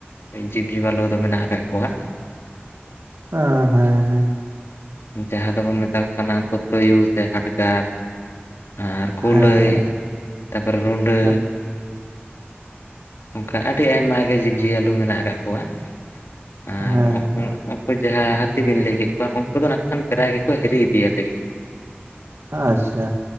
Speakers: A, on the left; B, on the right.
A: ᱡᱤᱵᱽᱼᱡᱤᱵᱟᱹ ᱞᱚ ᱫᱚ ᱢᱮᱱᱟᱜ ᱟᱠᱟᱫ ᱠᱚᱣᱟ
B: ᱦᱟ ᱦᱮᱸ ᱦᱮᱸ
A: ᱡᱟᱦᱟᱸ ᱫᱚᱵᱚᱱ ᱢᱮᱛᱟ ᱠᱚ ᱠᱟᱱᱟ ᱩᱱᱠᱩ ᱛᱩᱭᱩ ᱥᱮ ᱦᱟᱴᱜᱟᱨ ᱟᱨ ᱠᱩᱞᱟᱹᱭ
B: ᱦᱮᱸ
A: ᱛᱟᱯᱚᱨᱮ ᱨᱩᱸᱰᱟᱹ
B: ᱦᱮᱸ
A: ᱚᱱᱠᱟ ᱟᱹᱰᱤ ᱟᱭᱢᱟ ᱜᱮ ᱡᱤᱵᱽᱼᱡᱤᱭᱟᱹᱞᱩ ᱢᱮᱱᱟᱜ ᱟᱠᱟᱫ ᱠᱚᱣᱟ ᱟᱨ
B: ᱦᱮᱸ
A: ᱩᱱᱠᱩ
B: ᱦᱮᱸ
A: ᱩᱱᱠᱩ ᱡᱟᱦᱟᱸ ᱦᱟᱹᱛᱤ ᱵᱤᱱ ᱞᱟᱹᱭ ᱠᱮᱫ ᱠᱚᱣᱟ ᱩᱱᱠᱩ ᱫᱚ ᱱᱟᱜ ᱠᱷᱟᱱ ᱯᱮᱲᱟᱭ ᱜᱮᱠᱚ ᱦᱤᱨᱤ ᱤᱫᱤ ᱭᱟᱞᱮ ᱜᱮᱭᱟ᱾
B: ᱟᱪᱪᱷᱟ